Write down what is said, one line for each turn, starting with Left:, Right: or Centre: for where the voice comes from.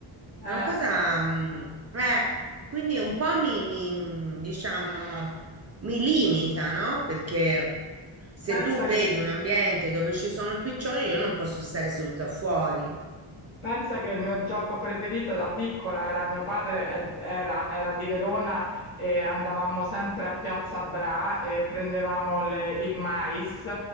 Left: eh,
Right: è una cosa, mm, eh, quindi un po' mi, mi, mm, diciamo, mi limita, no? Perché se
Left: pensa
Right: tu vedi
Left: che.
Right: un ambiente dove ci sono piccioni, io non posso stare seduta fuori.
Left: Pensa che il mio gioco preferito da piccola era mio padre ed- era, era di Verona e andavamo sempre a Piazza Bra e prendevamo le- il mais